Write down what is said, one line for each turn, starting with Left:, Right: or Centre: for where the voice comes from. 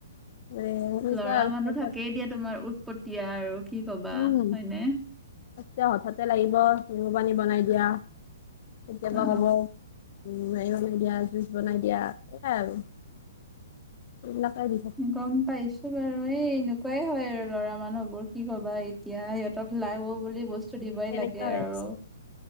Left: মানে সেনেকুৱা
Centre: ল'ৰা
Left: আৰু
Centre: মানুহ
Left: খবৰ
Centre: থাকেই দিয়া তোমাৰ উৎপটীয়া আৰু কি কবা
Left: উম
Centre: হয়নে?
Left: এতিয়া হঠাতে লাগিব নেমু পানী বনাই দিয়া কেতিয়াবা
Centre: অ
Left: ক'ব উম, <unintelligible> জুচ বনাই দিয়া সেয়াই আৰু। এইবিলাকে দি থাক
Centre: গম পাইছ ত'বাৰু এই এনেকুৱাই হয় আৰু ল'ৰা মানুহবোৰ কি কবা এতিয়া সিহঁতক লাগব বুলি বস্তু স্তু দিবই
Left: সেনেকুৱা
Centre: লাগে
Left: হৈ
Centre: আৰু
Left: আছে